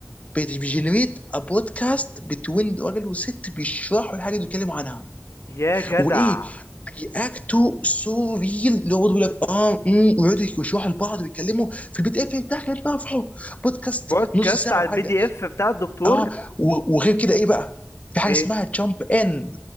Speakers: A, on the left; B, on the left.
A: بيجنريت ا بودكاست بتوين راجل وست بيشرحوا الحاجه اللي بيتكلموا عنها
B: يا جدع
A: وايه بيأكتوا سو ريل اللي هو برضه بيقول لك اه امم ويقعدوا يشرحوا لبعض ويتكلموا في البي دي اف بتاعك اللي انت رافعه بودكاست
B: بودكاست
A: نص ساعه
B: على
A: ولا
B: البي
A: حاجه
B: دي اف بتاع الدكتور
A: اه و- وغير كده ايه بقى في حاجه
B: ايه
A: اسمها جامب ان اللي